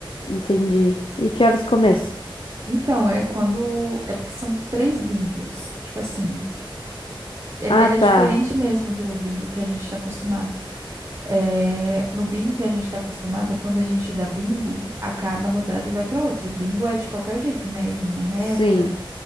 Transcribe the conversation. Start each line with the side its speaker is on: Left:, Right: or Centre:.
Left: Entendi. E que horas começa?
Right: Então, é quando. É porque são três bingos. Tipo assim, ele,
Left: Ah,
Right: ele
Left: tá.
Right: é diferente mesmo do bingo que a gente está acostumado. É, no bingo que a gente está acostumado, é quando a gente dá bingo, acaba a rodada e vai para outra. E O bingo é de qualquer jeito, né? É linha reta,
Left: Sim.